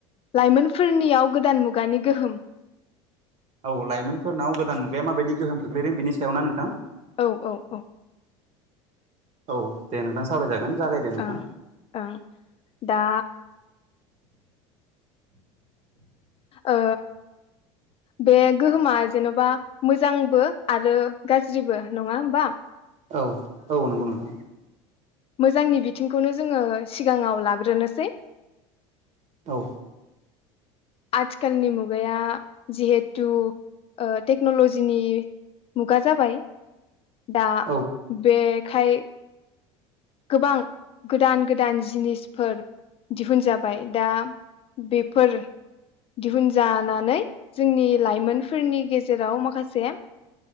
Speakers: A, on the left; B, on the right.
A: लाइमोनफोरनियाव गोदान मुगानि गोहोम।
B: औ लाइमोनफोरनाव गोदान मुगाया माबायदि गोहोम खोख्लैदों बिनि सायाव ना नोंथां?
A: औ औ औ
B: औ दे नोंथां सावरायजागोन जागाय दे नोंथां।
A: ओं ओं दा ओ बे गोहोमा जेन'बा मोजांबो आरो गाज्रिबो नङा हबा।
B: औ औ नंगौ नोंथां।
A: मोजांनि बिथिंखौनो जोङो सिगाङाव लाग्रोनोसै।
B: औ
A: आथिखालनि मुगाया जिहेथु ओ टेक्न'लजिनि मुगा जाबाय दा
B: औ
A: बेखाय गोबां गोदान गोदान जिनिसफोर दिहुनजा बाय दा बेफोर दिहुनजानानोय जोंनि लाइमोनफोरनि गेजेराव माखासे